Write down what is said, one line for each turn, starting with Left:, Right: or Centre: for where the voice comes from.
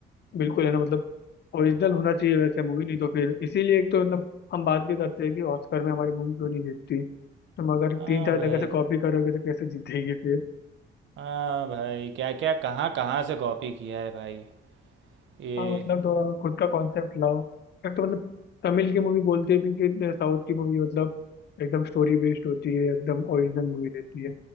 Left: बिल्कुल है ना मतलब ओरिजिनल होना चाहिए वैसे मूवी नहीं तो फिर इसीलिए एक तो मतलब हम बात भी करते हैं कि ऑस्कर में हमारी मूवी क्यों नहीं जीतती तुम अगर
Right: हाँ
Left: तीन चार
Right: भाई
Left: जगह से कॉपी करोगे तो कैसे जीतेगी फिर
Right: हाँ भाई क्या क्या कहाँ कहाँ से कॉपी किया है भाई ये
Left: हाँ मतलब थोड़ा खुद का कॉन्सेप्ट लाओ एक तो मतलब तमिल की मूवी बोलते भी कि साउथ की मूवी मतलब एकदम स्टोरी बेस्ड होती है एकदम ओरिजिनल मूवी रहती है